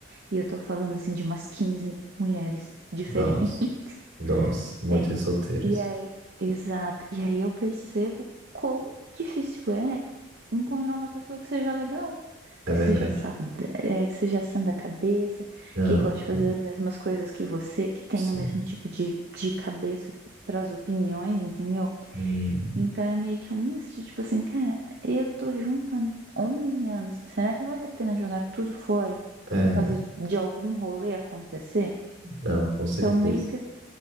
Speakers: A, on the right; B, on the right.
A: e eu tô falando assim de umas 15 mulheres diferentes.
B: nós,
A: <laughs>
B: nós muitas
A: É,
B: solteiras.
A: e aí, exato. E aí eu percebo quão difícil é encontrar uma pessoa que seja legal,
B: É
A: que seja
B: verdade.
A: saudável, é, que seja sã da cabeça,
B: Não,
A: que goste de fazer
B: hum,
A: as mesmas coisas que você, que tenha
B: sim.
A: o mesmo tipo de, de cabeça para as opiniões, entendeu?
B: hum,
A: Então é meio que um misto de tipo assim, cara, eu tô junto há 11 anos. Será que vale a pena jogar tudo fora
B: É,
A: por causa de algum rolê acontecer?
B: não, com certeza.
A: Então meio que